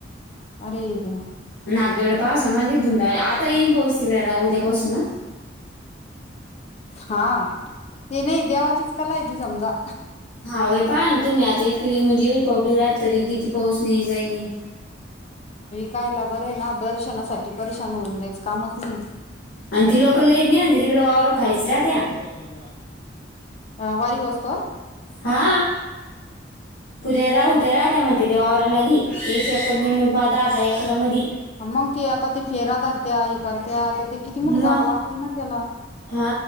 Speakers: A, on the left; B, on the left.
A: अरे देवा.
B: ना आपल्याकडे पावसा मागे तुमला आता येईन पाहस तिकडे आ उद्या पाासून ना <unintelligible>
A: हा ति नाय देवाची कला हाय समजा.
B: हा भाई पाहा ना तम्ही आता इतक म्हणजे पब्लिक राहात तरी किती. <unintelligible> पाऊस नाही काही नाही.
A: कायला बरं आहे ना दर्शनासाठी परेशान होऊन द्यायच कामच नाय.
B: आणि ती लोक ल येत नाही तिकडे वावर खालीच राहत्या ह.
A: अ वारी वाजतो.
B: हा. पुद्या राहू ते राहत म्हणते ते वावररा लागी एक एकरा दोन दोन पा द आधा एकरा मध. <unintelligible>
A: मग ते आता ते फेरा धरत्या इ करत्या आता ते किती
B: मग
A: मोठी जागा लागतील ना त्याला.
B: हा